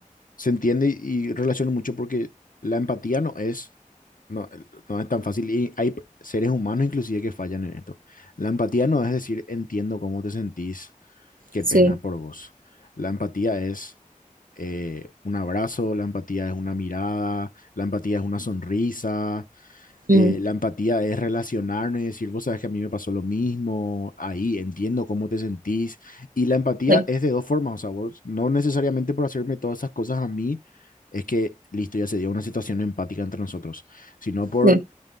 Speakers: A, on the left; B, on the right.
A: Se entiende y, y relaciona mucho porque la empatía no es, no, no es tan fácil. Y hay seres humanos inclusive que fallan en esto. La empatía no es decir, entiendo cómo te sentís, qué
B: Sí.
A: pena por vos. La empatía es eh, un abrazo, la empatía es una mirada, la empatía es una sonrisa, eh,
B: Mm,
A: la empatía es relacionarnos y decir, vos sabes que a mí me pasó lo mismo, ahí entiendo cómo te sentís. Y la empatía
B: sí,
A: es de dos formas, o sea, vos no necesariamente por hacerme todas esas cosas a mí, es que listo, ya se dio una situación empática entre nosotros, sino por
B: sí.